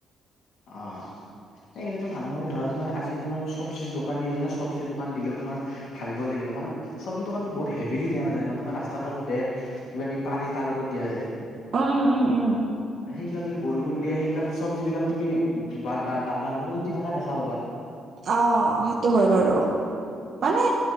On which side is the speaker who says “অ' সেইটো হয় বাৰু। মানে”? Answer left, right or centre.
Right